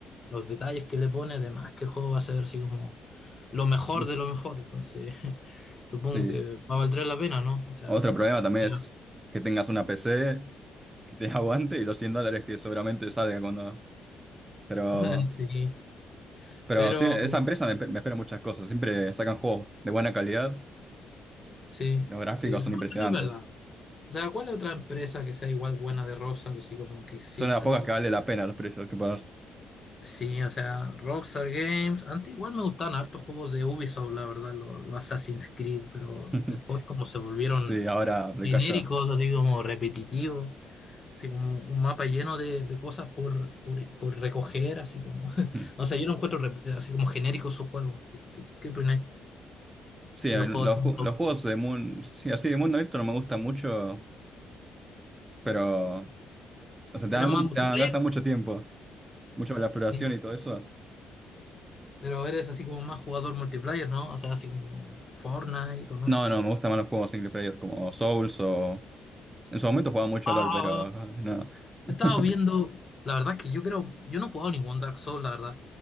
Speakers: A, on the left; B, on the right.
A: los detalles que le pone, además que el juego va a ser así como lo mejor
B: Mm,
A: de lo mejor, entonces <laughs> supongo
B: Sí.
A: que va a valer la pena, ¿no? O sea,
B: Otro problema también
A: pero-
B: es que tengas una PC que te <laughs> aguante y los 100 dólares que seguramente salga cuando... Pero,
A: <laughs> sí,
B: pero
A: pero
B: sí, esa empresa me, me espera muchas cosas. Siempre sacan juegos de buena calidad,
A: sí,
B: los gráficos
A: sí, no,
B: son impresionantes.
A: eso es verdad. O sea, ¿cuál es otra empresa que sea igual buena de Rockstar, así como que exista,
B: Son las pocas
A: así
B: que vale la pena los precios que pagas.
A: Sí, o sea, Rockstar Games. Antes igual me gustaban hartos juegos de Ubisoft, la verdad, los, los Assassin's Creed, pero
B: <laughs>
A: después como se volvieron
B: Sí, ahora decayó.
A: genéricos, así como repetitivos, así como un mapa lleno de, de cosas por, por, por recoger, así como... <laughs>
B: Mm.
A: No sé, yo no encuentro rep- así como genéricos sus juegos. ¿Qué, qué, qué opináis
B: Sí, el-
A: de los juegos
B: los,
A: de
B: ju-
A: Ubisoft?
B: los juegos de mundo, sí, así de mundo abierto no me gustan mucho, pero, o sea, te
A: ¿Eres
B: dan,
A: más
B: mu-
A: multiplayer?
B: te dan- gastan mucho tiempo. mucho la exploración
A: Sí,
B: y todo eso.
A: pero eres así como más jugador multiplayer, ¿no? O sea, así como Fortnite o no.
B: No, no, me gustan más los juegos single player como Souls o... En su momento jugaba mucho
A: ah
B: LOL, pero ah, no. <laughs>
A: He estado viendo, la verdad es que yo creo, yo no he jugado ningún Dark Souls, la verdad,